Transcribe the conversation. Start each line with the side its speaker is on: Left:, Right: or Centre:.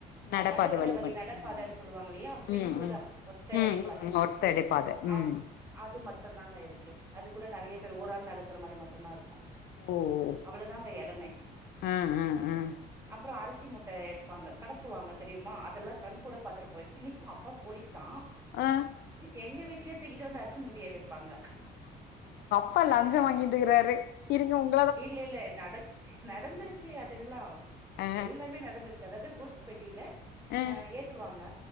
Right: அ
Left: நடப்பாத
Right: நடக்குற வழி
Left: மட்டு
Right: நடப்பாதைன்
Left: ம்
Right: சொல்லுவாங்க இல்லையா
Left: ம்
Right: சிங்குளா
Left: ம் ம்
Right: ஒத்தையடி
Left: ம்
Right: பாத
Left: ம் ஒத்தடி பாத ம்
Right: அப் அது மட்டுந்தாங்க இருக்கு அது கூட நெறைய பேர் ஒராளு நடக்குற மாரி மட்டுந்தா இருக்கு
Left: ஓ
Right: அவ்ளோதாங்க எடமே
Left: ம் ம் ம்
Right: அப்றோ அரிசி முட்ட எடுப் ப்பாங்க கடத்துவாங்க தெரியுமா அதெல்லா கண் கூட பாத்துருப் போய் னைக்கு அப்பா போலீஸ் தா
Left: ஆ
Right: எங்க வீட்லயே தூக்கிட்டு வந்து அரிசி முட்டைய வெப் ப்பாங்க
Left: ப்பா லஞ்சோ வாங்கிட்ருக்கிறாரு இருங்க உங்
Right: இல்லேல்ல நடக் நடந்துருக்கு அதெல்லா
Left: ஆ
Right: எல்லாமே நடந்துருக் அதாவது குட்ஸ் பெட்டில
Left: ஆ
Right: அ ஏத் த்து வாங்க